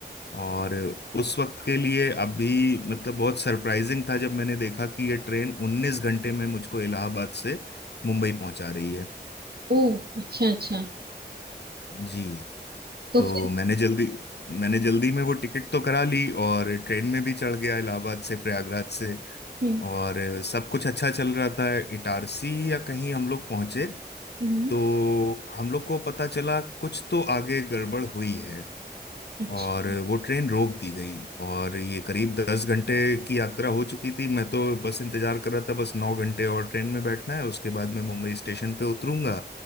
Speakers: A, on the left; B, on the right.
A: और उस वक्त के लिए अभी मतलब बहुत सरप्राइजिंग था जब मैंने देखा कि ये ट्रेन 19 घंटे में मुझको इलाहाबाद से मुंबई पहुंचा रही है
B: ओ अच्छा अच्छा
A: जी
B: तो
A: तो
B: फिर
A: मैंने जल्दी मैंने जल्दी में वो टिकट तो करा ली और ट्रेन में भी चढ़ गया इलाहाबाद से प्रयागराज से
B: हम्म
A: और सब कुछ अच्छा चल रहा था इटारसी या कहीं हम लोग पहुंचे
B: हम्म,
A: तो हम लोग को पता चला कुछ तो आगे गड़बड़ हुई है
B: अच्छा
A: और वो ट्रेन रोक दी गई और ये करीब दस घंटे की यात्रा हो चुकी थी मैं तो बस इंतजार कर रहा था बस नौ घंटे और ट्रेन में बैठना है उसके बाद मैं मुंबई स्टेशन पे उतरूंगा